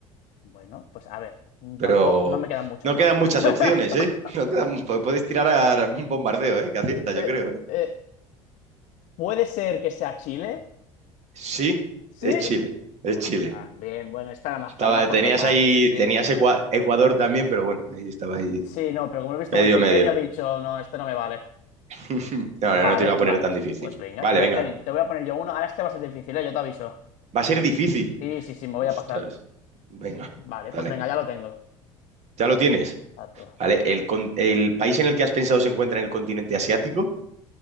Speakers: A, on the left; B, on the right.
A: Bueno, pues a ver, mm,
B: Pero
A: tampoco, no me quedan muchos
B: no
A: más.
B: quedan muchas
A: <laughs>
B: opciones, ¿eh? <laughs> No quedan, pu- puedes tirar a un bombardeo, ¿eh? Que acierta,
A: Eh,
B: yo creo, ¿eh?
A: eh, ¿puede ser que sea Chile?
B: Sí,
A: ¿Sí?
B: es Chile. Es
A: Ostras,
B: Chile.
A: bien, bueno, esta era más
B: Estaba,
A: fácil, me la has puesto
B: tenías
A: fácil,
B: ahí,
A: sí,
B: tenías
A: sí.
B: Ecua- Ecuador también, pero bueno, ahí estaba ahí.
A: Sí, no, pero como lo he visto
B: Medio,
A: muy pequeño,
B: medio.
A: he dicho, no, este no me vale.
B: <laughs> No,
A: Vale,
B: no, no te lo voy a poner
A: vale,
B: tan difícil.
A: pues venga,
B: Vale,
A: te voy
B: venga.
A: a hacer, te voy a poner yo uno, ahora este va a ser difícil, ¿eh? Yo te aviso.
B: Va a ser difícil.
A: Sí, sí, sí, me voy a
B: Ostras.
A: pasar.
B: Venga,
A: Vale, pues
B: dale.
A: venga, ya lo tengo.
B: Ya lo tienes.
A: Exacto.
B: Vale. ¿El, con- el país en el que has pensado se encuentra en el continente asiático?